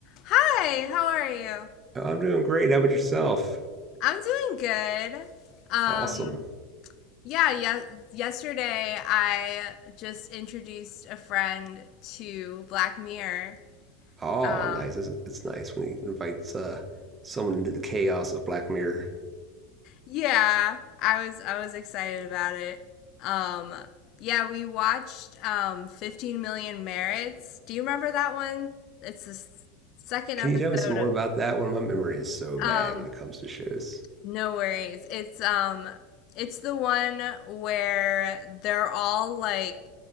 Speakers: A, on the left; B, on the right.
A: Hi, how are you?
B: Oh, I'm doing great. How about yourself?
A: I'm doing good. Um,
B: Awesome.
A: yeah, yes, yesterday I just introduced a friend to Black Mirror.
B: Oh,
A: Um,
B: nice. It's, it's nice when he invites uh, someone into the chaos of Black Mirror.
A: yeah, I was I was excited about it. Um, yeah, we watched um 15 Million Merits. Do you remember that one? It's the s- second
B: Can
A: episode
B: you tell me some more
A: of
B: about that one? My memory is so bad
A: um
B: when it comes to shows.
A: No worries. It's um it's the one where they're all like